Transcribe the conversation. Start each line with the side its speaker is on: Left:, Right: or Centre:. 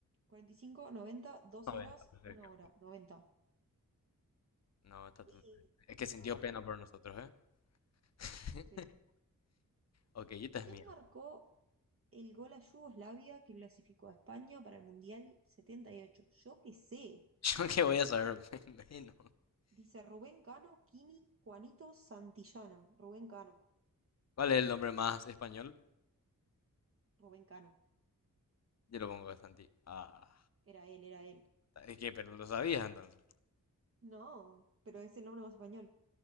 Right: Cuarenta y cinco, noventa, dos
Left: 90,
Right: horas,
Left: pues,
Right: una
Left: es que-
Right: hora, 90.
Left: No, esta
Right: Uy,
Left: tu- Es
Right: estaba
Left: que sintió
Right: bien.
Left: pena por nosotros, ¿eh? <laughs>
Right: Sí.
Left: Ok, esta
Right: ¿Quién
Left: es mía.
Right: marcó
Left: <laughs>
Right: el gol a Yugoslavia que clasificó a España para el Mundial 78? Yo qué sé.
Left: Yo que voy a saber <laughs> menos.
Right: Dice Rubén Cano, Kini, Juanito Santillana. Rubén Cano.
Left: ¿Cuál es el nombre más español?
Right: Rubén Cano.
Left: Yo lo pongo bastante Ah,
Right: Era él, era él.
Left: es que, pero lo sabías entonces.
Right: No, pero es el nombre más español.